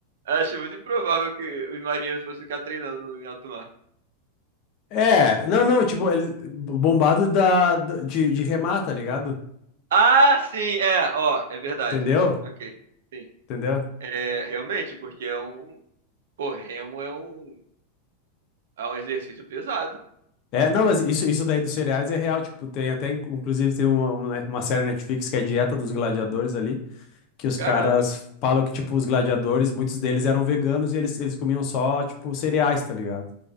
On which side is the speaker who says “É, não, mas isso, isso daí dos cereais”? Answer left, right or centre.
Left